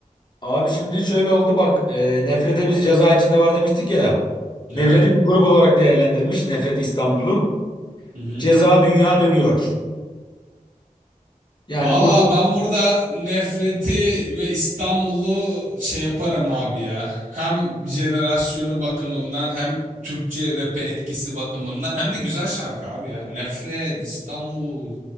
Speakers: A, on the left; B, on the right.
A: Abi şimdi şöyle oldu bak e, Nefret'e biz ceza içinde var demiştik ya.
B: Ya.
A: Nefret'i bir grup olarak değerlendirmiş Nefret İstanbul'u.
B: Hı hı.
A: Ceza dünya dönüyor. Yani
B: Valla
A: burada
B: ben burada nefreti ve İstanbul'u şey yaparım abi ya. Hem jenerasyonu bakımından hem Türkçe rap'e etkisi bakımından hem de güzel şarkı abi ya. Nefret, İstanbul,